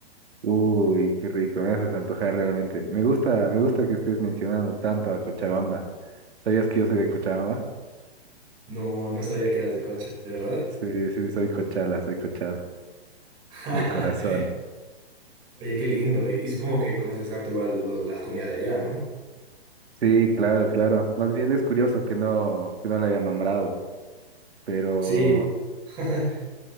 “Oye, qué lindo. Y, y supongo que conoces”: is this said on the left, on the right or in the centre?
Right